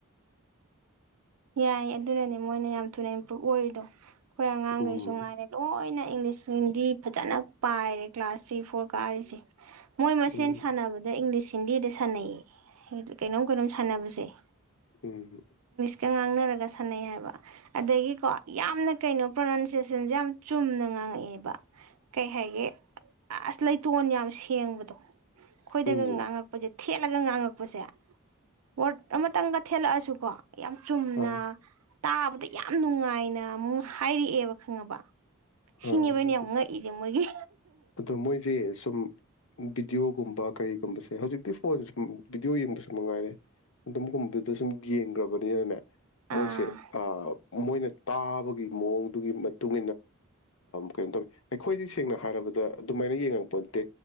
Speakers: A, on the right; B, on the left.
A: ꯌꯥꯏ ꯑꯗꯨꯅꯅꯦ ꯃꯣꯏꯅ ꯌꯥꯝ ꯊꯨꯅ ꯏꯝꯄ꯭ꯔꯨꯨꯞ ꯑꯣꯏꯔꯤꯗꯣ ꯑꯩꯈꯣꯏ ꯑꯉꯥꯡꯈꯩꯁꯨ
B: ꯎꯝ
A: ꯉꯥꯏꯔꯦ ꯂꯣꯏꯅ ꯏꯪꯂꯤꯁ ꯍꯤꯟꯗꯤ ꯐꯖꯅ ꯄꯥꯏꯔꯦ ꯀ꯭ꯂꯥꯁ ꯊ꯭ꯔꯤ ꯐꯣꯔ ꯀꯥꯔꯤꯁꯦ ꯃꯣꯏ ꯃꯁꯦꯟ
B: ꯎꯝ
A: ꯁꯥꯟꯅꯕꯗ ꯏꯪꯂꯤꯁ ꯤꯟꯗꯤꯗ ꯁꯥꯟꯅꯩ ꯀꯩꯅꯣꯝ ꯀꯩꯅꯣꯝ ꯁꯥꯟꯅꯕꯁꯦ
B: ꯎꯝ
A: ꯀ ꯉꯥꯡꯅꯔꯒ ꯁꯥꯟꯅꯩ ꯍꯥꯏꯕ ꯑꯗꯒꯤꯀꯣ ꯌꯥꯝꯅ ꯀꯩꯅꯣ ꯄ꯭ꯔꯣꯅꯥꯎꯟꯁꯦꯁꯟꯁꯦ ꯌꯥꯝ ꯆꯨꯝꯅ ꯉꯥꯡꯉꯛꯑꯦꯕ ꯀꯩ ꯍꯥꯏꯒꯦ ꯑꯁ ꯂꯩꯇꯣꯟ ꯌꯥꯝ ꯁꯦꯡꯕꯗꯣ ꯑꯩꯈꯣꯏꯗꯒ
B: ꯎꯝ
A: ꯉꯥꯡꯉꯛꯄꯁꯦ ꯊꯦꯠꯂꯒ ꯉꯥꯡꯉꯛꯄꯁꯦ ꯋꯥꯔꯗ ꯑꯃꯇꯪꯒ ꯊꯦꯠꯂꯛꯑꯁꯨ ꯀꯣ ꯌꯥꯝ ꯆꯨꯝꯅ
B: ꯑꯥ
A: ꯇꯥꯕꯗ ꯌꯥꯝ ꯅꯨꯡꯉꯥꯏꯅ ꯑꯃꯨꯛ ꯍꯥꯏꯔꯛꯑꯦꯕ ꯈꯪꯉꯕ ꯁꯤꯅꯦꯕꯅꯦ
B: ꯑꯥ
A: ꯑꯃꯨꯛ ꯉꯛꯏꯁꯦ ꯃꯣꯏꯒꯤ
B: ꯑꯗꯣ ꯃꯣꯏꯁꯦ ꯁꯨꯝ ꯕꯤꯤꯗꯤꯌꯣꯒꯨꯝꯕ ꯀꯔꯤꯒꯨꯝꯕꯁꯦ ꯍꯧꯖꯤꯛꯇꯤ ꯐꯣꯟ ꯁ ꯕꯤꯤꯗꯤꯑꯣ ꯌꯦꯡꯕꯁꯨ ꯃꯉꯥꯏꯔꯦ ꯑꯗꯨꯝꯒꯨꯝꯕꯗꯨꯗ ꯁꯨꯝ ꯌꯦꯡꯈ꯭ꯔꯕꯅꯤꯅꯅꯦ ꯃꯣꯏꯁꯦ
A: ꯑꯥ
B: ꯃꯣꯏꯅ ꯇꯥꯕꯒꯤ ꯃꯑꯣꯡꯗꯨꯒꯤ ꯃꯇꯨꯡ ꯀꯩꯅꯣ ꯇꯧꯋ ꯑꯩꯈꯣꯏꯗꯤ ꯁꯦꯡꯅ ꯍꯥꯏꯔꯕꯗ ꯗ ꯑꯗꯨꯃꯥꯏꯅ ꯌꯦꯡꯉꯛꯄ ꯅꯠꯇꯦ